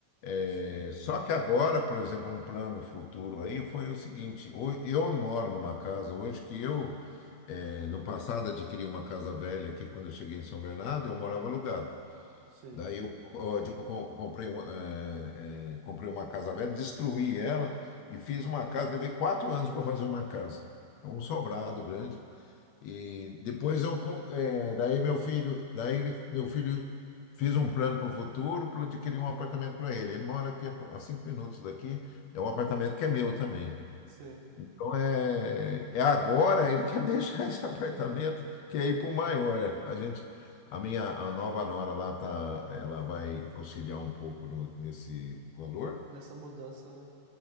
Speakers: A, on the right (about 85°); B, on the left (about 70°).
A: sim,
B: É, Só que agora, por exemplo, um plano futuro aí foi o seguinte: ho- eu não moro numa casa hoje que eu, eh, no passado, adquiri uma casa velha aqui quando eu cheguei em São Bernardo, eu morava alugado.
A: sim,
B: Daí eu, ó, de- eu co- comprei uma, eh, eh, comprei uma casa velha, destruí ela e fiz uma casa. Levei quatro anos para fazer uma casa. É um sobrado grande. E depois eu, co- eh, daí meu filho, daí ele- meu filho fez um plano para o futuro, para eu adquirir um apartamento para ele. Ele mora aqui a, pou- a cinco minutos daqui, é um apartamento que é meu também.
A: sim.
B: Então é, é agora ele quer <laughs> deixar esse apartamento que é ir para o maior. A gente, a minha, a nova nora lá tá, ela vai auxiliar um pouco no- nesse valor.
A: Nessa mudança, né?